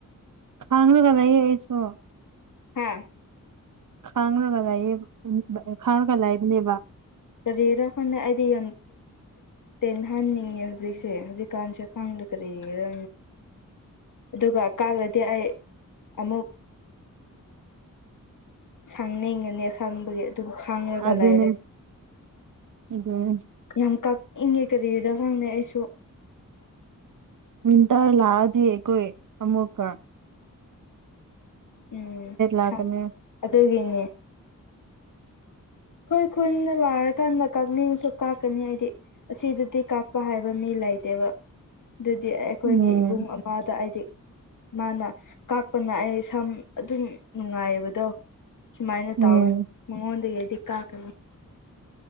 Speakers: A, on the right; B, on the left.
A: ꯈꯥꯡꯅꯕꯒ ꯂꯩꯌꯦ ꯑꯩꯁꯨꯣ
B: ꯍꯥ
A: ꯈꯥꯡꯔꯒ ꯂꯥꯏꯌꯦꯦꯕ ꯈꯥꯡꯔꯒ ꯂꯥꯏꯕꯅꯦꯕ
B: ꯀꯔꯤꯔ ꯀꯥꯟꯗ ꯑꯩꯗꯤ ꯌꯥꯝ ꯇꯦꯟ ꯍꯟꯅꯤꯡꯉꯦ ꯍꯧꯖꯤꯛꯁꯦ ꯍꯧꯖꯤꯛꯀꯥꯟꯁꯦ ꯈꯪꯗ ꯀꯔꯤꯒꯔ ꯑꯗꯨꯒ ꯀꯂꯗꯤ ꯑꯩ ꯑꯃꯨꯛ ꯁꯪꯅꯤꯡꯉꯅꯤ ꯈꯪꯕꯒꯤ ꯑꯗꯨꯝ ꯈꯥꯡꯉꯒ
A: ꯑꯗꯨꯅꯦ
B: ꯂꯩꯔꯦ
A: <inaudible>
B: ꯌꯥꯝ ꯀꯛꯏꯉꯦ ꯀꯔꯤꯔ ꯈꯪꯗ‌ꯦ ꯑꯩꯁꯨ
A: ꯃꯤꯟꯇꯔ ꯂꯥꯛꯑꯗꯤ ꯑꯩꯈꯣꯏ ꯑꯃꯃꯨꯀ
B: ꯎꯝ
A: ꯂꯥꯛꯀꯅꯤ
B: ꯑꯗꯨꯒꯤꯅꯦ ꯑꯩꯈꯣꯏ ꯈꯨꯟꯗ ꯂꯥꯛꯔꯀꯥꯟꯗ ꯀꯛꯅꯤꯡꯁꯨ ꯀꯥꯛꯀꯅꯤ ꯑꯩꯏꯗꯤ ꯑꯁꯤꯗꯗꯤ ꯀꯥꯛꯄ ꯍꯥꯏꯕ ꯃꯤ ꯂꯩ ꯂꯩꯇꯦꯕ ꯑꯗꯨꯗꯤ ꯑꯩꯈꯣꯏꯒꯤ
A: ꯎꯝ
B: ꯏꯕꯨꯡ ꯑꯃꯗ ꯑ‌ꯦꯗꯤ ꯃꯥꯅ ꯀꯥꯛꯄꯅ ꯑꯩ ꯁꯝ ꯑꯗꯨꯝ ꯅꯨꯡꯉꯥꯏꯕꯗꯣ ꯁꯨꯃꯥꯏꯅ
A: ꯎꯝ
B: ꯇꯧꯋꯤ ꯃꯉꯣꯟꯗꯒꯤ ꯑꯩꯗꯤ ꯀꯥꯀꯅꯤ